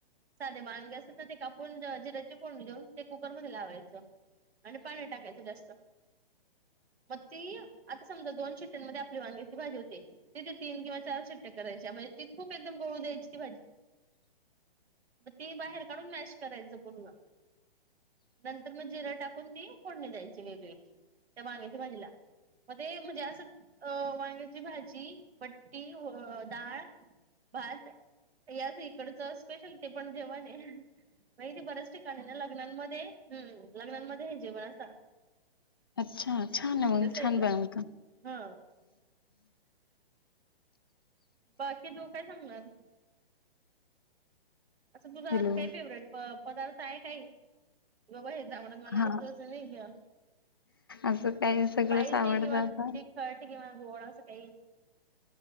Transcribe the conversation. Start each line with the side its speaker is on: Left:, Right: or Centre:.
Right: साधे मानगे असतं ते कापून जिऱ्याचे फोडणी देऊन ते कुकरमध्ये लावायचं. आणि पाणी टाकायचं जास्त, मग ती आता दोन शिट्ट्यांमध्ये आपली वांगी भाजी होते तिथे तीन किंवा चार शिट्ट्या करायच्या म्हणजे ती खूप एकदम <unintelligible> द्यायची ती भाजी. मग ते बाहेर काढून मॅश करायचं पूर्ण नंतर मग जिरां टाकून ती फोडणी द्यायची वेगळी त्या वांग्याची भाजीला. मग ते म्हणजे असं अ वांग्याची भाजी बट्टीडाळ भात याच इकडच स्पेशल ते पण जेवणहे <unintelligible> बऱ्याच ठिकाणी ना लग्नांमध्ये, हम्म, लग्नामध्ये हे जेवण असा.
Left: अच्छा छान आहे.
Right: साईडला.
Left: छान बनवता.
Right: हा बाकी तू काय सांगणार? असं तुझा
Left: हॅलो.
Right: असं काही फेवरेट पदार्थ आहे काही कि बाबा हेच <unintelligible> आवडंत मला
Left: हां.
Right: असल असेल नाही का
Left: असं काय सगळंच
Right: स्पायसी
Left: आवडतं
Right: किंवा
Left: आता.
Right: तिखट किंवा गोड असं काही